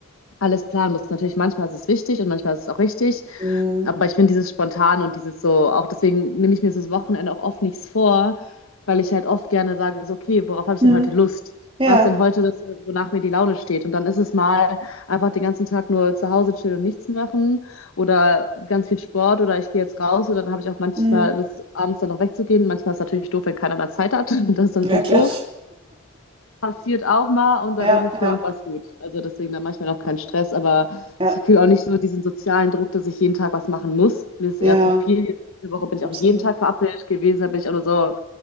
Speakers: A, on the left (about 80°); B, on the right (about 25°).
A: alles planen muss. Natürlich, manchmal ist es wichtig und manchmal ist es auch richtig.
B: Hm,
A: Aber ich finde dieses spontan und dieses so, auch deswegen nehme ich mir das Wochenende auch oft nichts vor, weil ich halt oft gerne sage, so, okay, worauf habe ich
B: hm,
A: denn heute Lust?
B: ja.
A: Was denn heute, das, wonach mir die Laune steht? Und dann ist es mal einfach den ganzen Tag nur zu Hause chillen und nichts machen oder ganz viel Sport oder ich gehe jetzt raus und dann habe ich auch manchmal
B: Hm.
A: Lust, abends dann noch wegzugehen. Manchmal ist es natürlich doof, wenn keiner dann Zeit hat. <laughs> Das ist dann
B: Ja,
A: natürlich
B: klar.
A: doof passiert auch mal und dann
B: Ja,
A: ist es für
B: ja,
A: irgendwas gut. Also deswegen dann manchmal auch kein Stress, aber
B: ja,
A: ich fühle auch nicht so diesen sozialen Druck, dass ich jeden Tag was machen muss. Mir ist es
B: ja,
A: eher zu viel. Jetzt Diese Woche bin ich
B: absolut.
A: auch jeden Tag verabredet gewesen, da bin ich auch nur so,